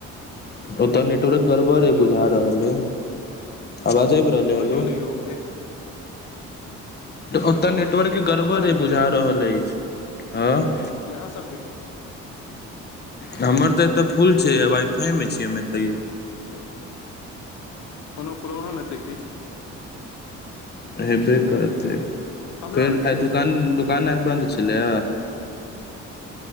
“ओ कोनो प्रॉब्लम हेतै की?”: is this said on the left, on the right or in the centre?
Left